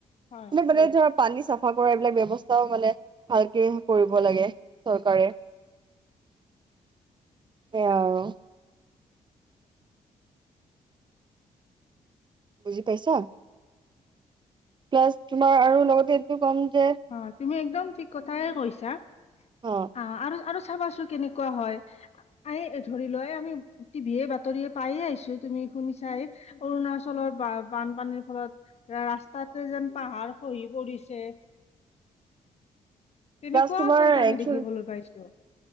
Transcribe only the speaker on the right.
মানে মানে ধৰা পানী চাফা কৰা এইবিলাক ব্যৱস্থাও মানে ভালকে কৰিব লাগে চৰকাৰে। সেইয়া আৰু। বুজি পাইছা? প্লাছ তোমাৰ আৰু লগতে এইটো ক'ম যে, -
অ
প্লাছ তোমাৰ
একচুৱেলি